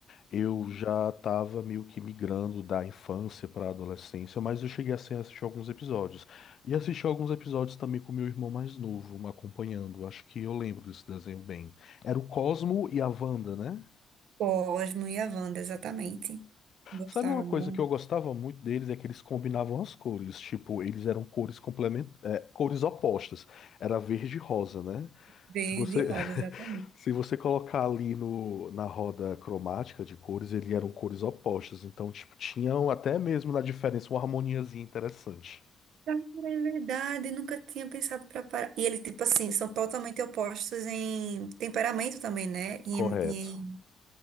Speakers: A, on the left; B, on the right.
A: Eu já estava meio que migrando da infância para a adolescência, mas eu cheguei assim, a assistir alguns episódios. E assisti alguns episódios também com meu irmão mais novo, me acompanhando. Acho que eu lembro desse desenho bem. Era o Cosmo e a Wanda, né?
B: Cosmo e a Wanda, exatamente. Gostava
A: Sabe uma coisa
B: muito.
A: que eu gostava muito deles é que eles combinavam as cores. Tipo, eles eram cores complement... é, cores opostas. Era verde e rosa, né?
B: Verde
A: Se você,
B: e rosa,
A: <laughs>
B: exatamente.
A: se você colocar ali no, na roda cromática de cores, eles eram cores opostas. Então, tipo, tinham até mesmo na diferença uma harmoniazinha interessante.
B: Cara, é verdade, nunca tinha pensado pra parar. E eles, tipo assim, são totalmente opostos em temperamento também, né? E
A: Correto.
B: em, e em,